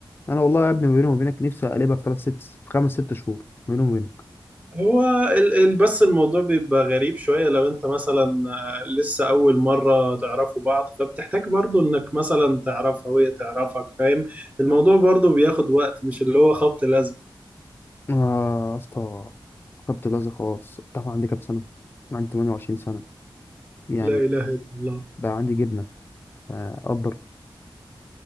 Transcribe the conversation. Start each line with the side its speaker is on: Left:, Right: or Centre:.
Left: انا والله يا ابني ما بيني وبينك نفسي اقلبها في ثلاث ست في خمس ست شهور ما بيني وبينك
Right: هو ال- ال- بس الموضوع بيبقى غريب شوية لو انت مثلا آه، لسه أول مرة تعرفوا بعض فبتحتاج برضو انك مثلا تعرفها وهي تعرفك فاهم الموضوع برضو بياخد وقت مش اللي هو خبط لزق
Left: انا يا اسطى خدت بازي خلاص انت عارف عندي كام سنه أنا عندي 28 سنه يعني
Right: لا إله إلا الله
Left: بقى عندي جبنه آه، قدر